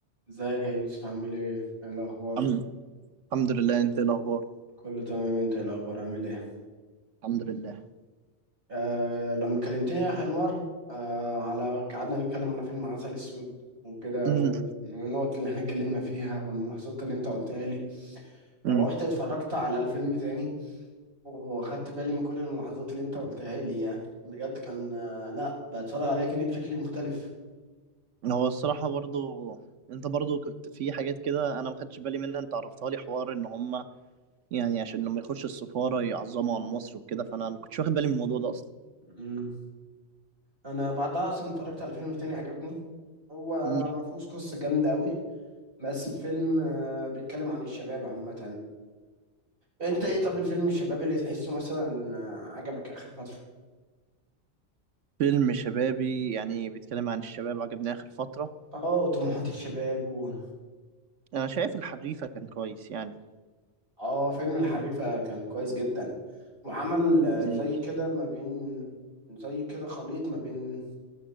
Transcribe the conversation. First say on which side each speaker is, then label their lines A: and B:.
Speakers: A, on the right (about 50°); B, on the right (about 90°).
A: ازيك يا يوسف عامل ايه؟ ايه الأخبار؟
B: الحمد الحمد لله انت ايه الاخبار
A: كله تمام انت ايه الأخبار عامل ايه؟
B: الحمد لله
A: آه لما كلمتني آخر مرة آه على قعدنا نتكلم على فيلم عسل أسود وكده
B: امم
A: وال- والنقط اللي احنا اتكلمنا فيها والملاحظات اللي انت قلتها لي روحت
B: امم
A: اتفرجت على الفيلم تاني واخدت بالي من كل الملاحظات اللي انت قلتها لي يعني بجد كان آه لا بتفرج عليه كأني بشكل مختلف
B: هو الصراحه برضو انت برضو كنت في حاجات كده انا ما خدتش بالي منها انت عرفتها لي حوار ان هم يعني عشان لما يخش السفاره يعظموا عن مصر وكده فانا ما كنتش واخد بالي من الموضوع ده اصلا
A: مم. انا بعدها اصلا اتفرجت على فيلم تاني عجبني هو
B: امم
A: ما فيهوش قصة جامدة قوي بس الفيلم آه، بيتكلم عن الشباب عامة آه، انت ايه طب الفيلم الشباب اللي تحسه مثلا آه، عجبك اخر فترة
B: فيلم شبابي يعني بيتكلم عن الشباب عجبني اخر فتره
A: اه وطموحات الشباب و...
B: انا شايف الحريفه كان كويس يعني
A: اه فيلم الحريفة كان كويس جدا وعمل آه،
B: مم.
A: زي كده ما بين زي كده خليط ما بين